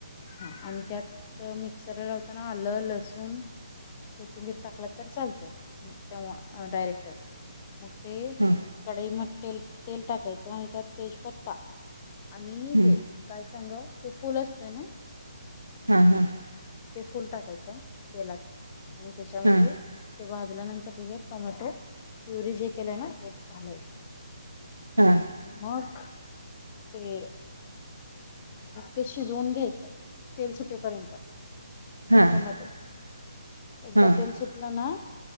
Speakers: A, on the left; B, on the right.
A: हा आणि त्यात मिक्सरला लावताना आलं लसूण कोथिंबीर टाकला तर चाल ते तेव्हा अ डायरेक्टच मग ते
B: हां
A: कडई तेल तेल टाकायचं आणि त्यात तेजपत्ता. आणि
B: हं
A: हे काय सांग ते फुलच त न
B: हा हा
A: ते फुल टाकायचं तेलात आणि त्याच्यामध्ये
B: हां
A: ते वा गेल्या नंतर त्यात टमॅटो प्युरी जे केल ना. लायच
B: हां
A: मग ते ते शिजवून घ्यायचं तेल सुटेपर्यंत
B: हां
A: टोमॅटो एकदा
B: हां
A: तेल सुटलं ना,